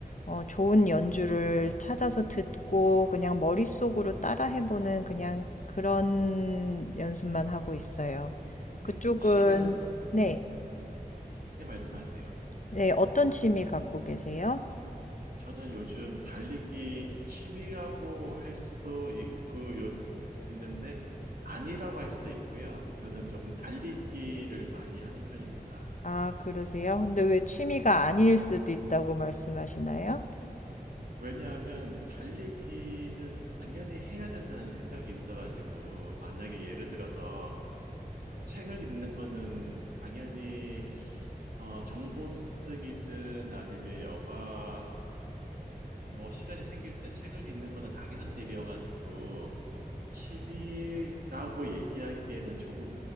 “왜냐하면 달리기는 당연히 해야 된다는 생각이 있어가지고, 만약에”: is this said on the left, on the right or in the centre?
Right